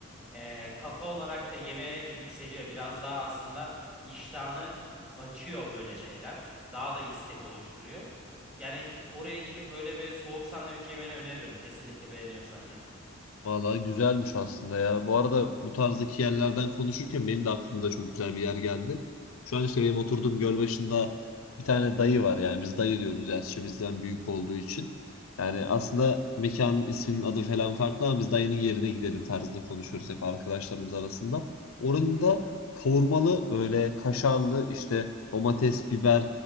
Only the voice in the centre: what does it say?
ee, kafa olarak da yemeğe yükseliyor. Biraz daha aslında iştahını açıyor böyle şeyler. Daha da istek oluşturuyor. Yani oraya gidip böyle bir soğuk sandviç yemeni öneririm. Kesinlikle beğeniyorsan ya.